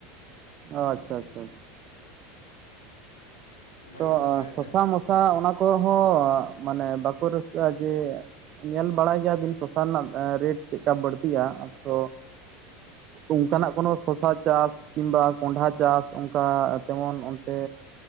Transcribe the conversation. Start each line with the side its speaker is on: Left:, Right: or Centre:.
Right: ᱚ ᱟᱪᱪᱷᱟ ᱟᱪᱪᱷᱟ᱾
Left: ᱚᱱᱟ
Right: ᱛᱚ
Left: ᱜᱮᱞᱤᱧ ᱵᱟᱲᱟᱭᱟ ᱡᱟ
Right: ᱥᱚᱥᱟ ᱢᱚᱥᱟ ᱚᱱᱟ ᱠᱚᱦᱚᱸ ᱢᱟᱱᱮ ᱵᱟᱠᱚ ᱨᱟᱹᱥᱠᱟᱹᱜᱼᱟ ᱡᱮ, ᱧᱮᱞ ᱵᱟᱲᱟᱭ ᱜᱮᱭᱟᱵᱤᱱ ᱥᱚᱥᱟ ᱨᱮᱱᱟᱜ ᱨᱮᱴ ᱪᱮᱜᱠᱟ ᱵᱟᱹᱲᱛᱤᱜᱼᱟ ᱛᱚ, ᱚᱱᱠᱟᱱᱟᱜ ᱠᱚᱱᱳ, ᱠᱷᱚᱥᱟ ᱪᱟᱥ ᱠᱤᱢᱵᱟ ᱠᱚᱱᱰᱦᱷᱟ ᱪᱟᱥ ᱚᱱᱠᱟ ᱛᱮᱢᱚᱱ ᱚᱱᱛᱮ,